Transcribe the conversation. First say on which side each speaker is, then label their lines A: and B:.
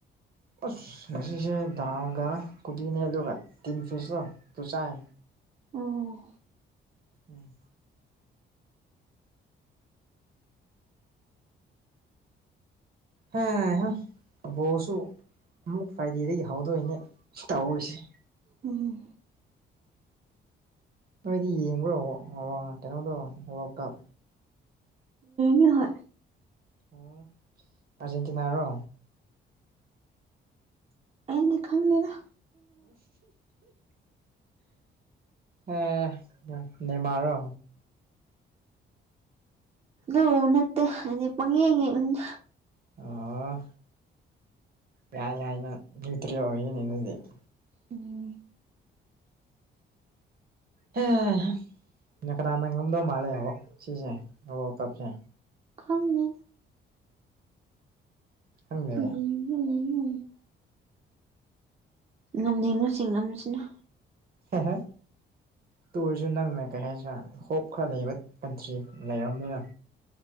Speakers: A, on the right (about 50°); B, on the right (about 30°).
A: ꯑꯁ ꯉꯁꯤꯁꯦ ꯗꯥꯜꯒ ꯀꯣꯕꯤꯅꯦ ꯑꯗꯨꯒ ꯇꯤꯟ ꯄꯤꯁꯇꯣ ꯇꯆꯥꯏ
B: ꯎꯝ
A: ꯎꯝ ꯍꯕꯣꯁꯨ ꯑꯃꯨꯛ ꯐ꯭ꯔꯥꯏꯗꯦꯗꯒꯤ ꯍꯧꯗꯣꯏꯅꯦ ꯇꯧꯍꯔꯤꯁꯦ
B: ꯎꯝꯝ
A: ꯅꯣꯏꯗꯤ ꯌꯦꯡꯕ꯭ꯔꯣ ꯀꯩꯅꯣꯗꯣ ꯋꯥꯔꯜ ꯀꯞ
B: ꯌꯦ ꯍ
A: ꯑꯣ ꯑꯔꯖꯦꯟꯇꯤꯅꯥ ꯔꯣ
B: ꯏ ꯈꯪꯅꯦꯅ
A: ꯍ ꯅꯃꯔꯣ
B: ꯑꯗꯨ ꯅꯠꯇꯦ ꯍꯥꯏꯗꯤ ꯄꯪꯌꯦꯡ
A: ꯑꯣ ꯌꯥ ꯌꯥꯏꯅ ꯌꯇ꯭ ꯑꯣꯏꯅꯦꯗꯤ <inaudible>
B: ꯎꯝ
A: ꯍ ꯅ ꯀꯅꯥꯅꯪ ꯉꯝꯗꯧ ꯃꯥꯜꯂꯦꯕ ꯁꯤꯁꯦ ꯑꯕ ꯀꯞꯁꯦ
B: ꯈꯪꯅ
A: ꯈꯪꯗꯦ
B: ꯎ ꯉꯝꯖꯩꯉꯨꯁꯤꯡ ꯑꯃꯁꯤꯅ
A: ꯍ ꯍ ꯇꯨꯔꯁꯨ ꯅꯪꯅ ꯀꯩ ꯍꯥꯏꯁꯤꯔ ꯍꯣꯞ ꯈꯔ ꯂꯩꯕ ꯀꯟꯇ꯭ꯔꯤ ꯂꯩꯔꯕꯔꯕꯅꯤꯅ